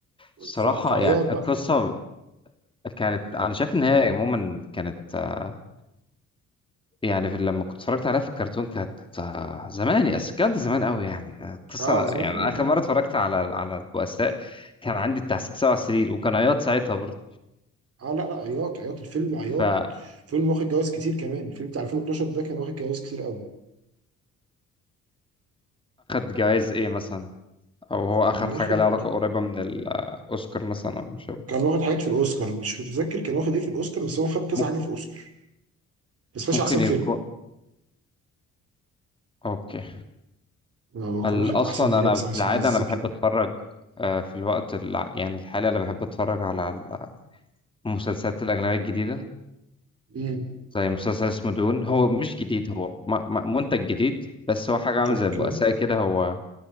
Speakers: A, on the left (about 15°); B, on the right (about 50°).
A: الصراحة
B: ف- فعياط
A: يعني القصة
B: بقى
A: كانت أنا شايف إن هي عموما كانت آه، يعني في لما كنت اتفرجت عليها في الكرتون كانت آه، زمان بس كانت زمان قوي يعني القصة
B: اه زمان
A: يعني أنا آخر
B: اه
A: مرة اتفرجت على على البؤساء كان عندي بتاع ست سبع سنين وكان عياط ساعتها برضه
B: اه لا لا عياط عياط الفيلم عياط
A: فأخد
B: فيلم واخد جوائز كتير كمان الفيلم بتاع 2012 ده كان واخد جوائز كتير قوي
A: جوائز إيه مثلا أو هو
B: كان
A: أخد
B: واخد
A: حاجة لها علاقة قريبة من الأوسكار مثلا أو مش عارف.
B: كان واخد حاجات في الاوسكار مش متذكر كان واخد ايه في الاوسكار بس هو خد كذا
A: ممكن
B: حاجه في اوسكار بس خدش
A: ممكن
B: احسن فيلم
A: يكون أوكي
B: هو كان
A: ال-
B: واخد
A: اصلا
B: احسن ملابس
A: انا
B: احسن
A: في العاده
B: مزيكا
A: انا بحب اتفرج آه، في الوقت الع- يعني الحالي انا بحب اتفرج على المسلسلات الاجنبيه الجديده
B: مم.
A: زي مسلسل اسمه دون هو مش جديد هو م- م- منتج جديد بس هو حاجه عامل
B: اوكي
A: زي البؤساء كده هو